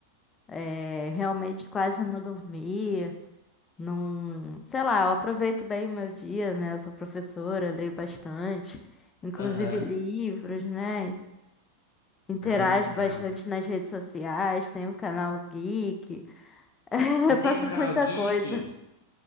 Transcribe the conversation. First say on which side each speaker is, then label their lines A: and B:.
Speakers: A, on the left; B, on the left.
A: é, realmente quase não dormi. Não, sei lá, eu aproveito bem o meu dia, né? Eu sou professora, leio bastante, inclusive
B: Aham.
A: livros, né? Interajo
B: Ah, legal.
A: bastante nas redes sociais, tenho um canal geek, <laughs>
B: Você
A: eu
B: tem
A: faço
B: um canal
A: muita
B: geek?
A: coisa.